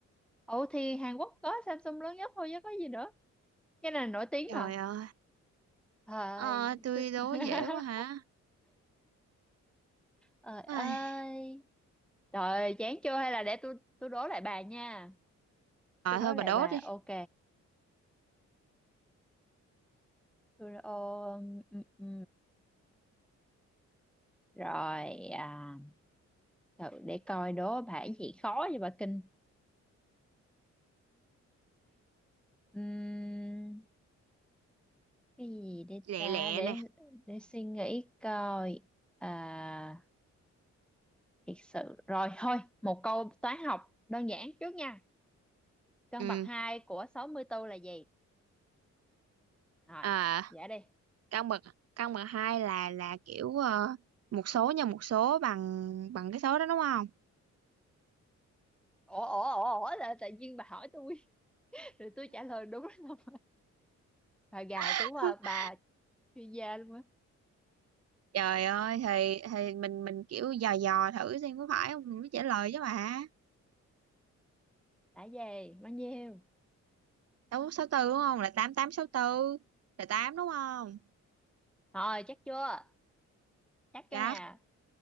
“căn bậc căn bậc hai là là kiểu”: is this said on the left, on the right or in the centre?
Right